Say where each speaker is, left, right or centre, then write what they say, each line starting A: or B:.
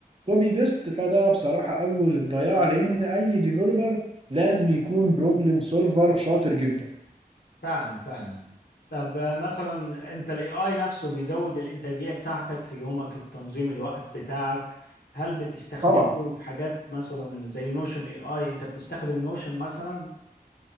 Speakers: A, on the right (about 35°); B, on the left (about 80°).
A: كوبي بيست فده بصراحه اول الضياع لان اي ديفلوبر لازم يكون بروبلم سولفر شاطر جدا
B: فعلا فعلا طب آه، مثلا انت الاي اي نفسه بيزود الانتاجية بتاعتك في يومك في تنظيم الوقت بتاعك هل بتستخدمه
A: طبعا
B: في حاجات مثلا زي نوشن اي اي انت بتستخدم نوشن مثلا